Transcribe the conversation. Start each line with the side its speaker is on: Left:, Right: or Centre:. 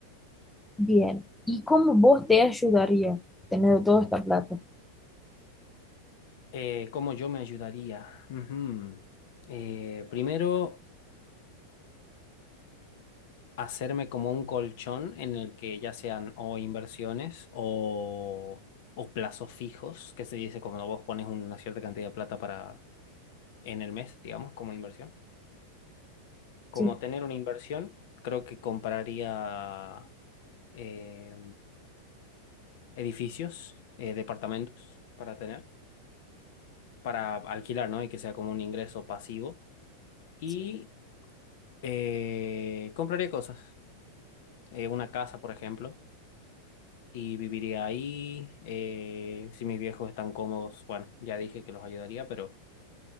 Centre: Bien. ¿Y cómo vos te ayudaría teniendo toda esta plata?
Left: Eh, ¿cómo yo me ayudaría? Ujú. Eh, primero, hacerme como un colchón en el que ya sean o inversiones o, o plazos fijos, que se dice cuando vos pones una cierta cantidad de plata para en el mes, digamos, como inversión. Como
Centre: Sí.
Left: tener una inversión, creo que compraría eh, edificios, eh, departamentos para tener, para alquilar, ¿no? Y que sea como un ingreso pasivo. Y
Centre: sí.
Left: eh, compraría cosas. eh, una casa, por ejemplo, y viviría ahí. eh, si mis viejos están cómodos, bueno, ya dije que los ayudaría, pero